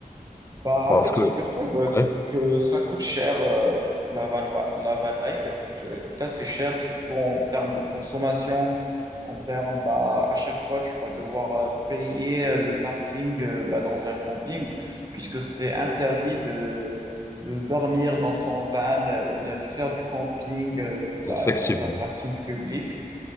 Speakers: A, on the right; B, on the left.
A: Bah,
B: Parce
A: en fait,
B: que,
A: figure-toi bah,
B: ouais,
A: que ça coûte cher. euh, la van, loi- la van life, elle coûte, elle coûte assez cher, surtout en termes de consommation. En termes, bah, à chaque fois, tu vas devoir euh, payer euh, le parking euh, bah, dans un camping, puisque c'est interdit de, de dormir dans son van euh, ou bien de faire du camping euh, bah,
B: effectivement,
A: dans un parking public.